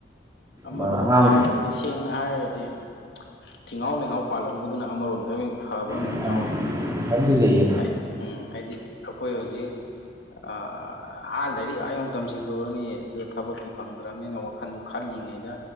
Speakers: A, on the left; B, on the right.
A: ꯑꯃꯔꯣꯝꯗ
B: ꯑꯉꯥꯡ
A: ꯍꯥꯏꯔꯣꯒꯗꯤ ꯁꯦꯡꯅ ꯍꯥꯏꯔꯒꯗꯤ ꯊꯤꯉꯥꯎ ꯂꯩꯉꯥꯎ ꯄꯥꯜꯍꯧꯕꯗꯨꯅ ꯑꯃꯔꯣꯝꯗꯃꯨꯛ ꯐꯕ ꯑꯃꯨꯛ
B: ꯃꯌꯥꯝ
A: ꯌꯥꯎꯔꯤ
B: ꯂꯩꯌꯦ
A: ꯍꯥꯏꯗꯤ ꯎꯝ ꯑꯩꯗꯤ ꯑꯈꯣꯏ ꯍꯧꯖꯤꯛ ꯑ ꯑꯥ ꯂꯥꯏꯔꯤꯛ ꯑꯥꯌꯧꯅ ꯇꯝꯁꯤꯜꯂꯨꯔꯅꯤ ꯑꯗꯨ ꯊꯕꯛꯇꯤ ꯐꯪꯗ꯭ꯔꯕꯅꯤꯅ ꯋꯥꯈꯟꯗꯣ ꯈꯜꯂꯤꯉꯩꯗ